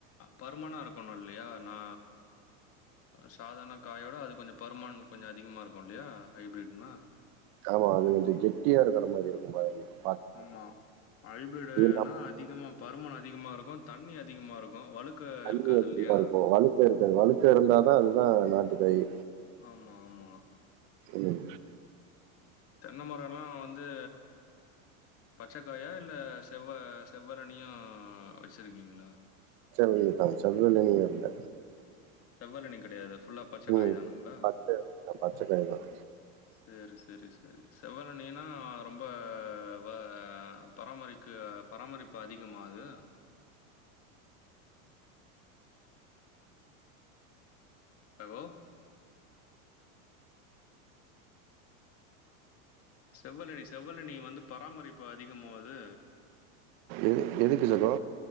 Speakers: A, on the left; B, on the right.
A: பருமனா இருக்கணு இல்லயா நா அ சாதாரன காயோட அது கொஞ்சோ பருமன் கொஞ்சோ அதிகமா இருக்கூ இல்லயா ஹைப்ரிட்னா
B: ஆமா அது கொஞ்சோ கெட்டியா இருக்கற மாரி இருக்கூ <unintelligible>
A: ஆமா ஹைப்ரெடுனா
B: நம்ம
A: அதிகமா பருமன் அதிகமா இருக்கூ தண்ணி அதிகமாக இருக்கூ வலுக்க
B: தண்ணி
A: இருக்காது
B: அதிகமா
A: இல்லயா
B: இருக்கும். வழுக்க இருக்காது வழுக்க இருந்தாதா அதுதா நாட்டு காயி
A: ஆமா ஆமா
B: ம்
A: தென்ன மரல்லா வந்து பச்சக்காயா இல்ல செவ்வ செவ்வரனியா வச்சருக்கீங்ளா
B: <unintelligible> தான் செவ்வளநீ இல்ல
A: செவ்வளநீ கடையாது ஃபுல்லா பச்சக்காய்
B: ம்.
A: தானுங்ளா
B: பச்ச பச்சை காய் தான்.
A: செரி செரி செரி செவ்வளநீனா ரொம்ப வ பராமரிக்க பராமரிப்பு அதிகமா அது சகோ செவ்வளநீ செவ்வளநீ வந்து பாரமரிப்பு அதிகமோ அது
B: எது எதுக்கு சகோ